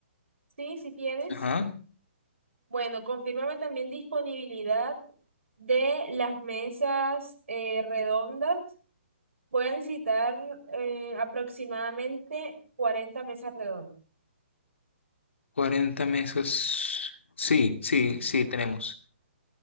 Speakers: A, on the right (about 80°); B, on the left (about 70°).
A: sí, si tienes.
B: Ajá,
A: Bueno, confírmame también disponibilidad de las mesas eh, redondas Voy a necesitar eh, aproximadamente 40 mesas redondas.
B: cuarenta mesas. Sí, sí, sí, tenemos.